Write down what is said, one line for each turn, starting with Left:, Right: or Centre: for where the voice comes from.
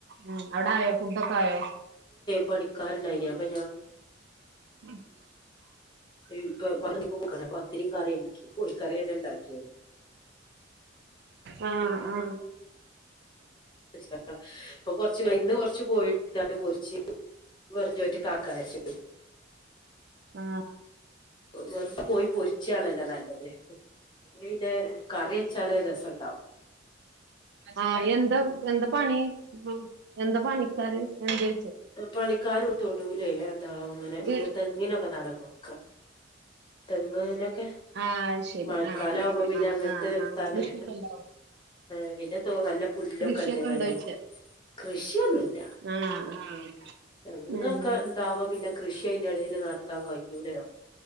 Right: ഉം അവിട ആയോ ഫുഡഡൊക്കെ ആയോ
Left: പണിക്കാര് ഉണ്ടായീനി അപ്പോ
Right: ഉം
Left: ഇപ്പൊ <unintelligible> പത്തിരിയും കറി ഉണ്ടാക്കി കോഴിക്കറിന്നെ ഇണ്ടാക്കിയത്
Right: ആ ആ
Left: <unintelligible> ഇപ്പൊ കൊറച്ച് ഇന്ന് കൊറച്ച് കോയിട് ത്താണ്ട് പോരിച്ച് വെറുഞ്ചോറ്റ്ക്ക് ആക്കാജാരിച്ചു
Right: ആ
Left: വെറും കോ യി പൊരിച്ചണല്ലോ നല്ലത് പിന്നെ അയ്‌ന്റെ കറി വെച്ചാല് രസുണ്ടാവും
Right: ആ എന്താ എന്താ പണി എന്താ പണിക്കാറ് എന്ത് വെച്ച്
Left: പണിക്കാര് തൊടൂല് അതാ അങ്ങനെ
Right: വീ
Left: തെങ്ങിനൊക്കെ തടം തോർക്കാ തെങ്ങ്നൊക്കെ
Right: ആഹ് ശരി
Left: മഴക്കാല
Right: ആഹ്
Left: ആകുമ്പോ പിന്നെ
Right: ആഹ്
Left: അങ്ങനത്തെ
Right: ആഹ്
Left: ഇ
Right: ആഹ്
Left: ട്ടാല്
Right: കൃഷിയൊക്കെ ഉണ്ടോ
Left: ഏ പിന്നെ നല്ല പുല്ലൊക്കെ
Right: കൃഷിയൊക്കെ
Left: ഉണ്ട് ങ്ങനെ
Right: ഉണ്ടോയ്ച്ച
Left: കൃഷിയൊന്നുല്ല
Right: ആഹ് ആഹ്
Left: തെങ്ങൊക്കെ
Right: ഉം
Left: ഇണ്ടാവുമ്പോ പിന്നെ കൃഷി അയിന്റെ ഇടൽ നടത്താൻ കഴിയൂലല്ലോ